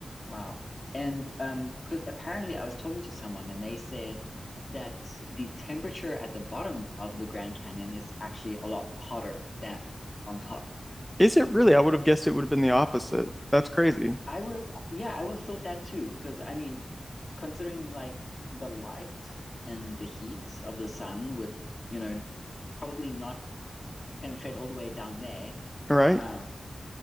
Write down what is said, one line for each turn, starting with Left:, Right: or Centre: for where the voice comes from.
Left: wow. And um, because apparently I was talking to someone and they said that the temperature at the bottom of the Grand Canyon is actually a lot hotter than on top.
Centre: Is it really? I would have guessed it would have been the opposite. That's crazy,
Left: I would have, yeah, I would have thought that too, because I mean, considering like the light and the heat of the sun would, you know, probably not penetrate all the way down there.
Centre: right?
Left: Um,